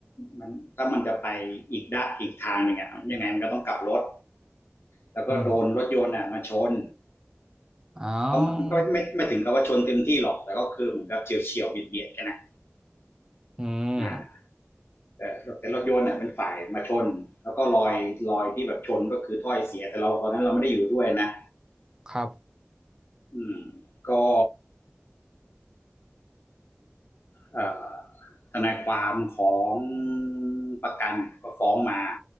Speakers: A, on the left; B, on the right.
A: มันถ้ามันจะไปอีกด้านอีกทางหนึ่งอะยังไงมันก็ต้องกลับรถแล้วก็โดนรถยนต์อะมาชน
B: อืมอ้า
A: เขาก็ไม่ไม่ถึงกับว่าชนเต็มที่หรอกแต่ก็คือเหมือนกับเฉียวเฉียวเบียดเบียดกันนะ
B: วอืม
A: อ่าแต่แต่รถยนต์อะเป็นฝ่ายมาชนแล้วก็รอยรอยที่แบบชนก็คือถ้อยเสียแต่เราตอนนั้นเราไม่ได้อยู่ด้วยนะ
B: ครับ
A: อืมก็เอ่อทนายความของประกันก็ฟ้องมา